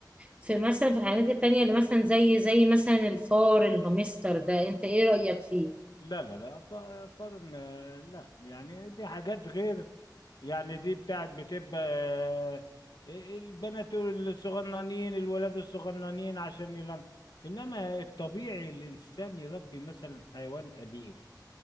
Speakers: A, on the right; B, on the left.
A: في مثلا في الحاجات التانية اللي مثلا زي زي مثلا الفار الهامستر ده انت ايه رأيك فيه؟
B: لا لا لا ف- فضل آه، لا يعني دي حاجات غير يعني دي بتاعت بتبقى آه، آه، البنات الصغننين الولاد الصغننين عشان يلم انما الطبيعي الانسان يربي مثلا حيوان اليف